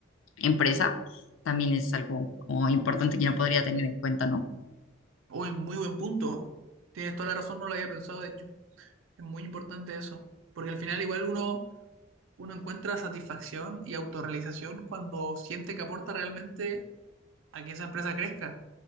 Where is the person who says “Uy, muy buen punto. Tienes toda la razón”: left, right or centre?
Right